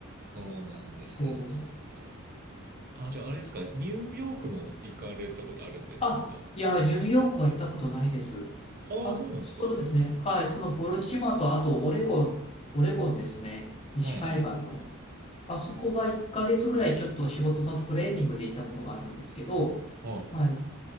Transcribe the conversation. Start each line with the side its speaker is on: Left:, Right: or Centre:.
Right: そうなんですよ、
Left: そう。
Right: ちょっと。あ、じゃああれですか、ニューヨークも行かれたことあるんですか
Left: あ、いや、ニューヨークは行ったことないです。
Right: ああ、
Left: あ、
Right: そうなんですか
Left: そうですね。はい。そのボロチマと、あとオレゴン、オレゴンですね。西海岸の。
Right: はいはいはい。
Left: あそこは1ヶ月ぐらいちょっと仕事のトレーニングで行ったことがあるんですけど、
Right: はい
Left: はい。